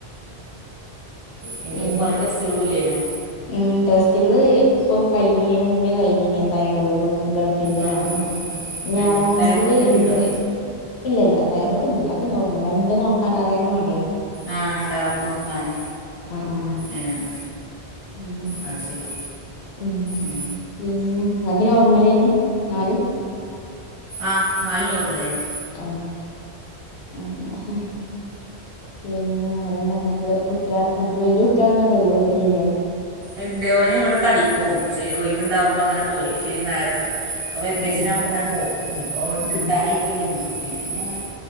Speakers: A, on the right; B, on the left.
A: അയിന്റെപ്പം
B: പിന്നെ
A: കൊറെ ടെസ്റ്റുകളും ഇല്ലേനോ.
B: ഉം ടെസ്റ്റകള് ഇപ്പൊ കയിഞ്ഞി അയിന് മുന്നേ കയിഞ്ഞീനി തയ്റോടും. ബ്ലഡിന്റെതക്കെ
A: ആ ആ ആ
B: ഇനി
A: ഏ
B: ആറാം മാസത്തില്
A: തൈറോയ്ഡ് നിങ്ങൾക്കുണ്ടോ
B: ഇണ്ട്. ഇല്ല ഇല്ല തൈറോയ്ഡ് ഒന്നുല്ല ക്ക നോർമല ണ്ടാന്ന് നോക്കാൻ അറിയാനും വേണ്ട്യേ.
A: ആഹ് ണ്ടാവ് നോക്കാന്
B: ആഹ്
A: ഏഹ്.
B: ആഹ്
A: അഹ് ശരി.
B: ഉം
A: ഏ
B: പിന്ന ങ്ങക്ക് നോർമൽനി നാലും.
A: ആഹ് നാലും നോറമലെനി.
B: ആയിനോ ഉം. <unintelligible> പിന്നെ വേറെന്താ ന്നട്ട് കുട്ട്യേൾ മറ്റ വല്യെ കുട്ട്യേള്ന്ന് <unintelligible> ആണ്ട ല്ലെ <unintelligible> വീട്ടിലിലെ.
A: എന്തെ ഓൻ ഇവടെ കടീക്കോവും ശെ നി ഒഴിവുണ്ടാവുമ്പോ അങ്ങനെ പോയി ശനി ഞായറൊക്കെ. ഇപ്പൊ വെക്കേഷനാവുമ്പോ
B: ഉം
A: ഇങ്ങനെ പോവും. ഇഞ്ഞ്പ്പോ എവ്ട്
B: ഉം
A: കിട്ടാനായ്‌ക്ണ്. ഇഞ് കിട്ടീട്ട് ഞ്ഞങ്ങനെ.